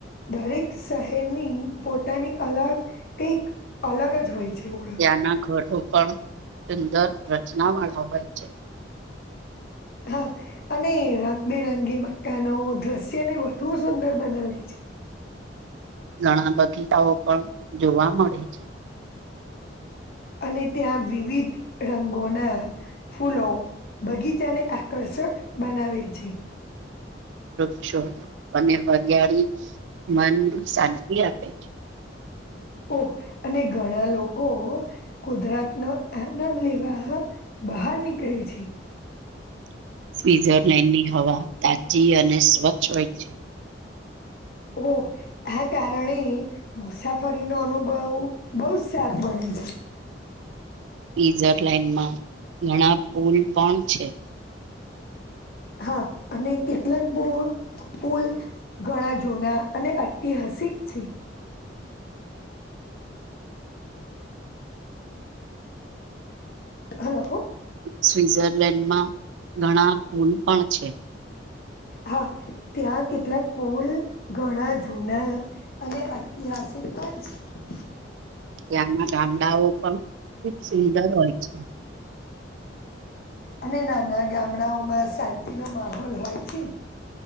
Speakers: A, on the left; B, on the right.
A: દરેક શહેરની પોતાની અલગ કઈક અલગ જ હોય છે. ઓળખ
B: ત્યાંના ઘરો પણ સુંદર રચના વાળા હોય છે. <inaudible>
A: હા અને રંગબેરંગી મકાનો દ્રશ્યને વધુ સુંદર બનાવી છે.
B: ઘણા બગીચાઓ પણ જોવા મળે છે. <inaudible>
A: અને ત્યાં વિવિધ રંગોના ફૂલો બગીચાને આકર્ષક બનાવે છે.
B: વૃક્ષો અને હરિયાળી મનને શાંતિ આપે છે. <inaudible>
A: ઓ અને ઘણા લોકો ઓ કુદરાત નો આનંદ લેવા બહાર નીકળી છે.
B: <inaudible> સ્વ્ઝરલેન્ડની હવા તાજી અને સ્વચ્છ હોય છે.
A: ઓ આ કારણે મુસાફરીનોો અનુભવ બહુ જ સારો બને <inaudible>
B: સ્ઝરલેન્ડમાં ઘણા પુલ પણ છે
A: હા અને કેટલાક પુલ ઘણા જૂના અને અટ શીખ છેી હલો.
B: સ્વિઝરલેન્ડમાં ઘણા પુલ પણ છે.
A: હા ત્યાં કેટલાક પોલ ઘણા જૂના અને ઐતિહાસિક- <inaudible>
B: ત્યાંના ગામડાઓ પણ ખુબ સુંદર હોય છે. <inaudible>
A: અને નાના ગામડાઓમાં શાંતિનો માહોલ હોય છે